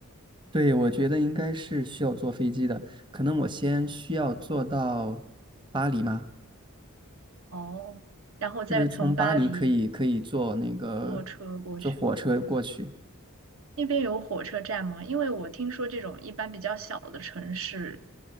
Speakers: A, on the right; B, on the right.
A: 对，我觉得应该是需要坐飞机的，可能我先需要坐到巴黎吗？
B: 哦，然后再从巴黎
A: 是不是从巴黎可以可以坐那个
B: 坐车过去吗？
A: 坐火车过去？
B: 那边有火车站吗？因为我听说这种一般比较小的城市，